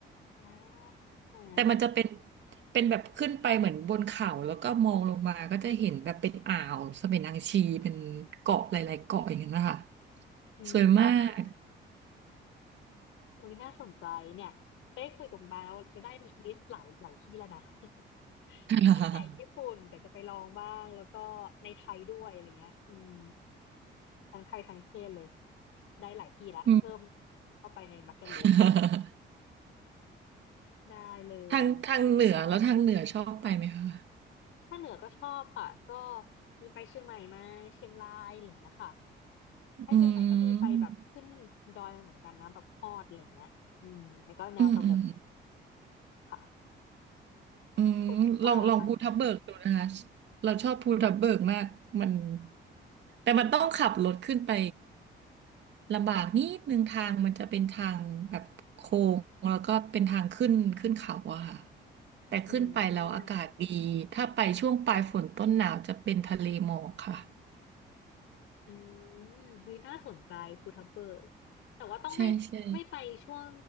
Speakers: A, on the left (about 85°); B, on the right (about 65°).
A: อ่า
B: แต่มันจะเป็นเป็นแบบขึ้นไปเหมือนบนเขาแล้วก็มองลงมาก็จะเห็นแบบเป็นอ่าวเสม็นางชีเป็นเกาะหลายๆเกาะอย่างนั้นนะคะ
A: อื
B: สวยมาก
A: มอุ้ยน่าสนใจเนี่ยได้คุยกับคุณบาแล้วเราได้ลิสต์หลายหลายที่แล้วนะ <laughs>
B: <laughs>
A: ตั้งแต่ญี่ปุ่นเดี๋ยวจะไปลองบ้างแล้วก็ในไทยด้วยอะไรเงี้ยอืมทั้งไทยทั้งเทศเลยได้หลายที่ละเพิ่ม
B: อืม
A: เข้าไปใน bucket
B: <laughs>
A: list ได้เลย
B: ทางทางเหนือแล้วทางเหนือชอบไปไหมคะ
A: ถ้าเหนือก็ชอบค่ะก็มีไปเชียงใหม่มาเชียงรายอะไรอย่างเงี้ยค่ะถ้าเชียงใหม่ก็มีไปแบบขึ้นดอยมาเหมือนกันนะแบบฮอดอะไรอย่างเงี้ยอืมแล้วก็แนวสงบ
B: อืมอืมอืม
A: ค่ะ
B: อืมลองลองภูทับเบิกดูนะคะ
A: คุณบางเหรอะคะ
B: เราชอบภูทับเบิกมากมันแต่มันต้องขับรถขึ้นไปลำบากนิดนึงทางมันจะเป็นทางแบบโค้งแล้วก็เป็นทางขึ้นขึ้นเขาอะค่ะแต่ขึ้นไปแล้วอากาศดีถ้าไปช่วงปลายฝนต้นหนาวจะเป็นทะเลหมอกค่ะ
A: อืม อืมเฮ้ยน่าสนใจฟูทับเบิร์กแต่ว่าต้องไม่ไม่ไปช่วง
B: ใช่ใช่